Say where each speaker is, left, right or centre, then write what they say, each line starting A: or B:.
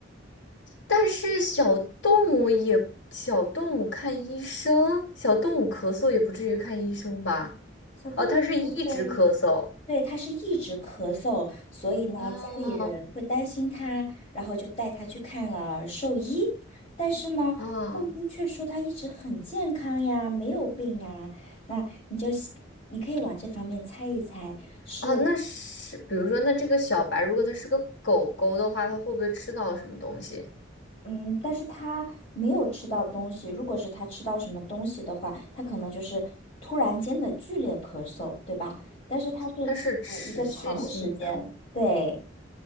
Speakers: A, on the left; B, on the left.
A: 但是小动物也，小动物看医生，小动物咳嗽也不至于看医生吧？
B: 小动物咳嗽，
A: 哦，它是一直咳嗽。
B: 对，它是一直咳嗽，所以呢，
A: 哦，
B: 家里人会担心它，然后就带它去看了兽医。但是呢，
A: 啊
B: 兽医却说它一直很健康呀，没有病啊。那你就你可以往这方面猜一猜。是。
A: 啊，那是，比如说，那这个小白，如果它是个狗狗的话，它会不会吃到了什么东西？
B: 嗯，但是他没有吃到东西。如果是他吃到什么东西的话，他可能就是突然间的剧烈咳嗽，对吧？但是他是
A: 它是持续性的，
B: 呃一个长时间，对，